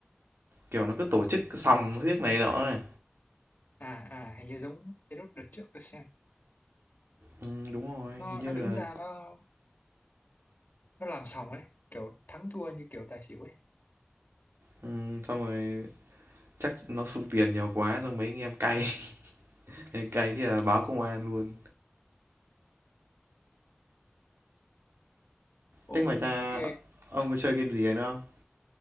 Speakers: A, on the right (about 75°); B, on the left (about 50°).
A: kiểu nó cứ tổ chức sòng riết này đó này
B: à à hình như giống cái đốt đợt trước tôi xem
A: ừ, đúng rồi
B: nó
A: hình như
B: nó đứng
A: là
B: ra nó nó làm sòng ấy kiểu thắng thua như kiểu tài xỉu ấy
A: ừ, xong rồi chắc nó sụt tiền nhiều quá xong mấy anh em cay <laughs> cay thì là báo công an luôn
B: Ok,
A: thế ngoài ra ông có chơi game gì nữa không